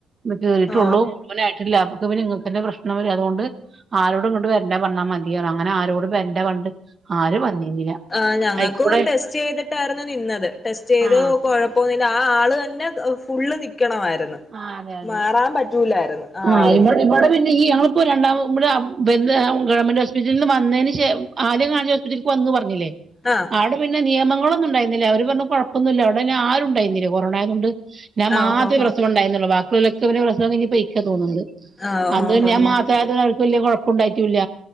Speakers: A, on the right; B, on the left.
A: ക കേറിയിട്ടുള്ളൂ
B: ഓ
A: മുഴുവനായിട്ട് ട്ടില്ല അപ്പ പിന്നെ ഇങ്ങക്കെന്നെ പ്രശ്നം വര അതുകൊണ്ട് ആരോടും ഇങ്ങട്ട് വരണ്ട പറഞ്ഞാ മതി അങ്ങനെ ആരോടും വെരണ്ട പറഞ്ഞിട്ട്. ആരും വന്നിരുന്നില്ല
B: ആഹ ഞങ്ങക്കും
A: അയിക്കൂടെ
B: ടെസ്റ്റ് ചെയ്തിട്ടായിരുന്നു നിന്നത് ടെസ്റ്റ്യ്യ്തു
A: ആ
B: കുഴ പൊന്നുല്ല ആ ആൾ തന്നെ ഫുള്ള് നിക്കണമായിരുന്നു.
A: ആഹ് അതെ അതെ
B: മാറാൻ പറ്റൂലായിരുന്നു ആ
A: ആഹ്
B: ആളിന്.
A: ഇവിടെ ഇവിടെ പിന്നെ ഈ ഞങ്ങളിപ്പോ രണ്ടാമത് ഇവിടെ ഗവൺമെന്റ് ഹോസ്പിറ്റലിന്ന് വന്നതിന് ശേ. ആദ്യം <unintelligible> വന്ന് പറഞ്ഞില്ലേ?
B: ആഹ
A: അവിടെ പിന്നെ നിയമങ്ങളൊന്നും ഉണ്ടായിരുന്നില്ല അവര് പറഞ്ഞു കൊഴപ്പൊന്നും ഇല്ല അവിടെ പിന്നെ ആരുണ്ടായിരുന്നില്ല കൊറോണ ആയത് കൊണ്ട്. ഞാൻ മാത്രമേ
B: ഓഹോഹോ
A: പ്രസവംണ്ടായിരുന്നൊള്ളൂ ബാക്കി ളോലൊക്കെ പ്രസവം കഴിഞ്ഞ് പൊയ്ക്കാ തോന്നുന്ണ്ട്
B: ആഹ്
A: അത്
B: ഓഹോഹോ
A: ഞാൻ. മാത്രം വല്യ കുഴപ്പണ്ടായിട്ടുല്ല